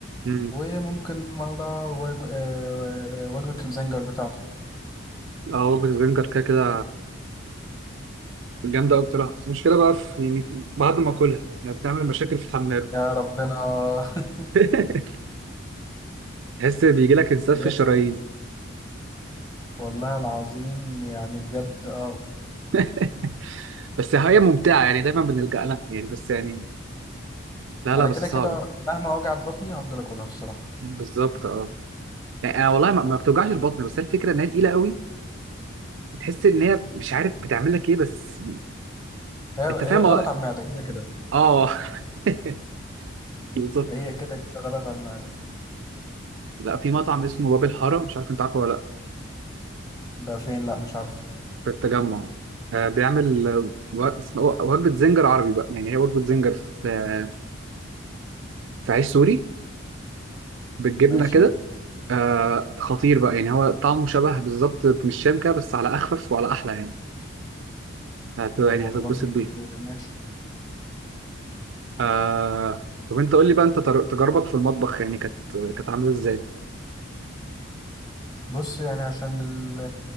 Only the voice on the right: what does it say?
امم
اه وجبة برجر كده كده جامدة أوي بصراحة بس المشكلة بقى في يعني في- بعد ما أكلها يعني بتعمل مشاكل في الحمام
<laughs> تحس بيجي لك انزلاف
في الشرايين
<laughs> بس هي ممتعة يعني دايما بنلجأ لها يعني بس يعني لا لا
بس
صعبة
بالظبط اه يعني أنا والله ما ما بتوجعش البطن بس هي الفكرة إن هي تقيلة قوي بتحس إن هي مش عارف بتعمل لك إيه بس
أنت
فاهم
اه
آه. <laughs> بالظبط
لا في مطعم اسمه باب الحارة مش عارف أنت عارفه ولا لأ
في التجمع آه، بيعمل آه، و- اسمه- وجبة زنجر عربي بقى يعني هي وجبة زنجر في آه، في عيش سوري بالجبنة
كده آه، خطير بقى يعني هو طعمه شبه بالظبط من الشام كده بس على أخفف وعلى أحلى يعني هت- يعني
هتتبسط بيه
آه، طب أنت قول لي بقى أنت تر- تجاربك في المطبخ يعني كانت كانت عاملة إزاي؟